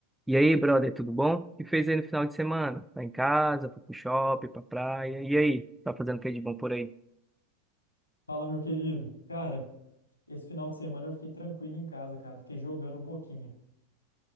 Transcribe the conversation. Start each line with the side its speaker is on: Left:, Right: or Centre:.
Centre: E aí, brother, tudo bom? O que fez aí no final de semana? Tá em casa, foi pro shopping, pra praia. E aí, tá fazendo o que de bom por aí?
Left: Fala, meu querido. Cara, esse final de semana eu fiquei tranquilo em casa, cara. Fiquei jogando um pouquinho.